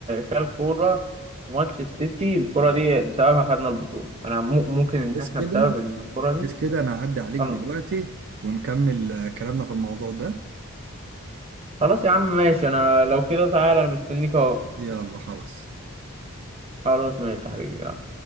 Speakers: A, on the right; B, on the right.
A: شايل كورة في ماتش السيتي الكورة دي بسببها خدنا البطولة أنا مو- ممكن إن
B: بس
A: إحنا
B: كده
A: بسبب الكورة
B: بس
A: دي
B: كده انا هعدي عليك
A: خلاص
B: دلوقتي ونكمل آه، كلامنا في الموضوع ده
A: خلاص يا عم ماشي أنا لو كده تعالى أنا مستنيك أهو
B: يلا خلاص
A: خلاص ماشي يا حبيبي يلا.